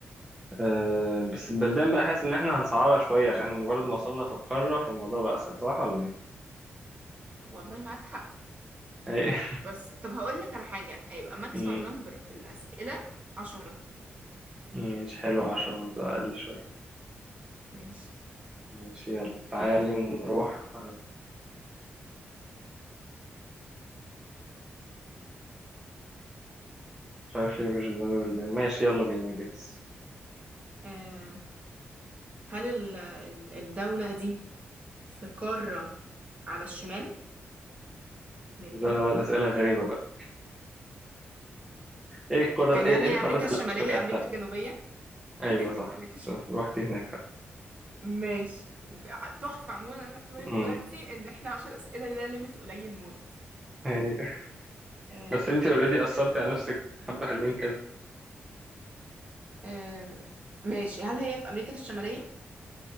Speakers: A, on the right; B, on the right.
A: آه... بس البلدان بقى حاسس إن احنا هنصعبها شوية عشان مجرد ما وصلنا في القارة فالموضوع بقى أسهل صح ولا ايه؟
B: والله معاك حق
A: ايه؟
B: بس طب هقول لك على حاجة هيبقى ماكسيمم
A: <laughs> مم،
B: نمبر في الأسئلة عشرة
A: ماشي حلو عشرة برضه أقل شوية
B: ماشي
A: ماشي يلا تعالي نروح مش عارف ليه مفيش في دماغي بلدان ماشي يلا بينا جاهز
B: آه، هل ال- ال- الدولة دي في قارة على الشمال مننا؟
A: بدأنا بقى الأسئلة الغريبة بقى ايه القارة
B: يعني
A: ايه
B: هل
A: إيه
B: هي
A: القارات
B: أمريكا
A: اللي
B: الشمالية
A: شكلتها
B: أمريكا الجنوبية؟
A: ايوه
B: <laughs>
A: صح
B: أمريكا الشمالية
A: شوف، رحت هناك
B: ماشي ع- تحفة عموما أنا خدت بالي
A: امم
B: دلوقتي إن إحنا عشر أسئلة ده ليميت قليل موت
A: أيوة.
B: آم،
A: بس انت اوريدي أثرتي على نفسك حبة حلوين كده
B: آم، ماشي هل هي في أمريكا الشمالية؟